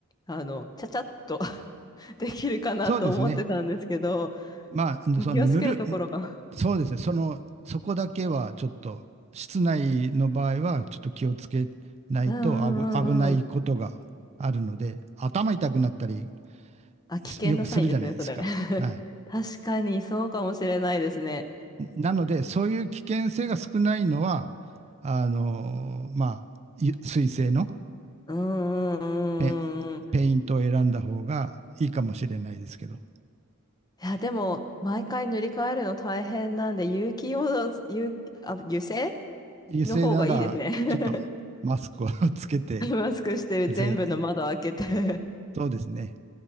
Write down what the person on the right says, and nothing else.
そうですね。まあ、その塗る、
そうですね。その、そこだけはちょっと、室内の場合はちょっと気をつけないと危、
危ないことがあるので、
頭痛くなったり
すよくするじゃないですか。
はい。
なので、そういう危険性が少ないのは、あのーまあ、ゆ水性の
ペン、
ペイントを選んだ方がいいかもしれないですけど、
油性ならちょっとマスクを
<laughs> つけて、
ぜそうですね。